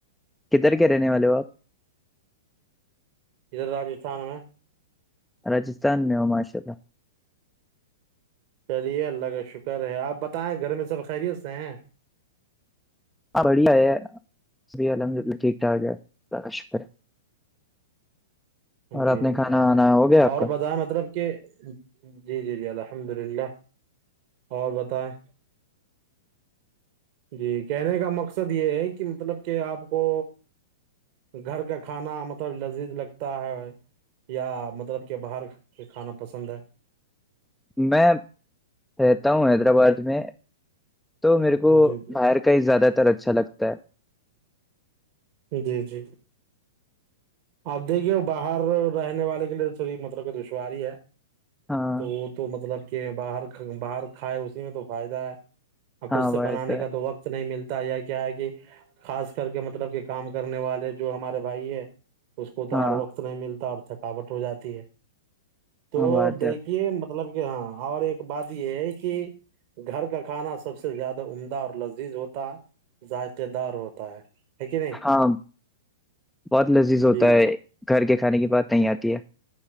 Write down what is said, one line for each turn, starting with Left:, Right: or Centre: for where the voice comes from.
Centre: کدھر کے رہنے والے ہو آپ
Right: ادھر راجستھان میں
Centre: راجستھان میں ہو ماشاء اللہ
Right: چلیے اللہ کا شکر ہے آپ بتائیں گھر میں سب خیریت سے ہیں
Centre: ہاں بڑھیا ہے ابھی الحمد للہ ٹھیک ٹھاک ہے اللہ کا شکر ہے اور آپ
Right: جی
Centre: نے کھانا آنا ہو گیا آپ
Right: اور
Centre: کا
Right: بتائیں مطلب کہ جی جی جی اللہ الحمد للہ اور بتائیں جی کہنے کا مقصد یہ ہے کہ مطلب کہ آپ کو گھر کا کھانا مطلب لذیذ لگ تا ہے یا مطلب کہ باہر کے کھانا پسند ہے
Centre: میں رہتا ہوں حیدرآباد میں تو میرے کو
Right: جی جی
Centre: باہر کا ہی زیادہ بڑا اچھا لگتا ہے
Right: جی جی جی آپ دیکھیے باہر رہنے والے کے لیے تھوڑی مطلب کہ دشواری ہے
Centre: ہاں
Right: تو وہ تو مطلب کہ باہر باہر کھائے اسی میں تو فائدہ ہے اور
Centre: ہاں
Right: خود سے
Centre: وہ
Right: بنانے
Centre: ہے
Right: کا تو وقت نہیں ملتا یا کیا ہے کہ خاص کر کے مطلب کہ کام کرنے والے جو ہمارے بھائی ہے اس کو تو
Centre: ہاں
Right: اور وقت نہیں ملتا تھکاوٹ ہو جاتی ہے تو
Centre: ہاں بات
Right: دیکھیے
Centre: ہے
Right: مطلب ہاں اور ایک بات یہ ہے کہ گھر کا کھانا سب سے زیادہ عمدہ اور لذیذ ہوتا ذائقے دار ہوتا ہے ہے کہ نہیں
Centre: ہاں بہت لذیذ ہوتا
Right: جی
Centre: ہے گھر کے کھانے کی بات نہیں آتی ہے